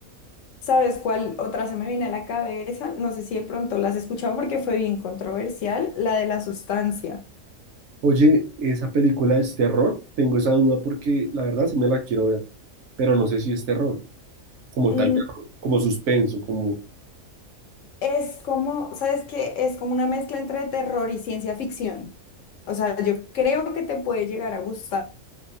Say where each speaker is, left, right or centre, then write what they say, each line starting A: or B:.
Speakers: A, on the left; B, on the right.
A: ¿Sabes cuál otra se me viene a la cabeza? No sé si de pronto la has escuchado porque fue bien controversial, la de la sustancia.
B: Oye, ¿esa película es terror? Tengo esa duda porque la verdad sí me la quiero ver, pero no sé si es terror, como
A: Mm,
B: tal, terror, como suspenso, como...
A: Es como, ¿sabes qué? Es como una mezcla entre terror y ciencia ficción. O sea, yo creo que te puede llegar a gustar,